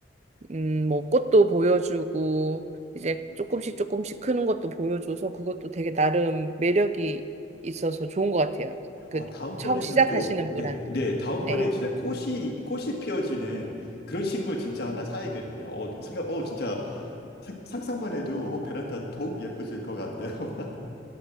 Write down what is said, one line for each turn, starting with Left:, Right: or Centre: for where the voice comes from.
Right: 음, 뭐 꽃도 보여주고 이제 조금씩 조금씩 크는 것도 보여줘서 그것도 되게 나름 매력이 있어서 좋은 것 같아요. 그
Left: 아, 다음번에는
Right: 처음 시작하시는
Left: 꼭, 네,
Right: 분한테.
Left: 네, 다음번엔
Right: 네.
Left: 진짜 꽃이, 꽃이 피어지는 그런 식물 진짜 하나 사야겠네요. 어, 생각, 어, 진짜 상- 상상만 해도 어, 베란다 더욱 예뻐질 것 같네요. <laughs>